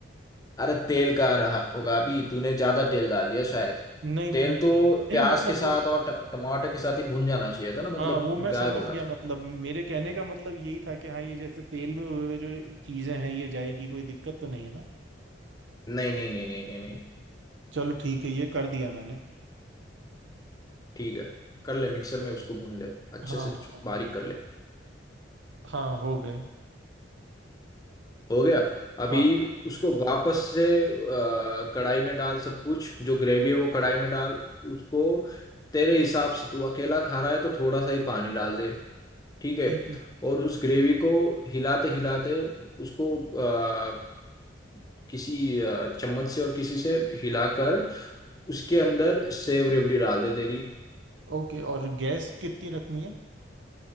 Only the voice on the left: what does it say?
अरे तेल का रहा होगा अभी तूने ज्यादा तेल डाल दिया शायद
तेल
तो
प्याज
के साथ
और ट- टमाटर के साथ ही भुन जाना चाहिए था ना मतलब
गायब होना
चाहिए
नहीं नहीं नहीं नहीं नहीं नहीं
ठीक है कर ले मिक्सर में उसको भून ले अच्छे
से
छु-
बारीक
कर ले
हो गया अभी
उसको वापस से अ, कढ़ाई में डाल सब कुछ जो ग्रेवी है वो कढ़ाई में डाल उसको तेरे हिसाब से तू अकेला खा रहा है तो थोड़ा सा ही पानी डाल दे ठीक है
और उस ग्रेवी को हिलाते हिलाते उसको अ, किसी अ, चम्मच से और किसी से हिलाकर उसके अंदर सेव रेवड़ी डाल दे तेरी